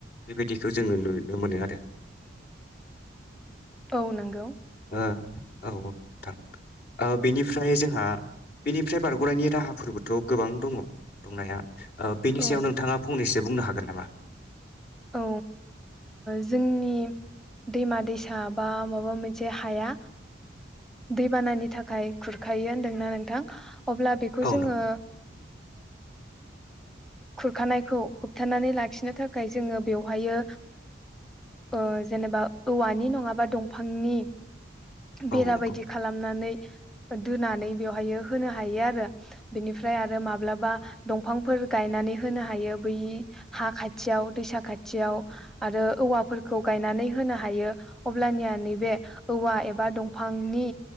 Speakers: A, on the left; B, in the centre.
A: बेबायदिखौ जोङो नुनो मोनो आरो
B: औ नंगौ
A: ओ औ नोंथां बेनिफ्राय जोंहा बेनिफ्राय बारग'नायनि राहाफोरबोथ' गोबां दङ दंनाया ओ बेनि
B: औ
A: सायाव नोंथाङा फंनैसो जे बुंनो हागोन नामा?
B: औ जोंनि दैमा दैसा बा माबा मोनसे हाया दैबानानि थाखाय खुरखायो होनदोंना नोंथां अब्ला बेखौ
A: औ
B: जोङो
A: नंगौ
B: खुरखानायखौ होबथानानै लाखिनो थाखाय जोङो बेवहायो ओ जेनेबा औवानि नङाबा दंफांनि बेरा
A: औ नंगौ
B: बायदि खालामनानै दोनानै बेवहाय होनो हायो आरो बेनिफ्राय आरो माब्लाबा दंफांफोर गायनानै होनो हायो बै हा खाथियाव दैैसा खाथियाव आरो औवाफोरखौ गायनानै होनो हायो अब्लानिया नैबे औवा एबा दंफांनि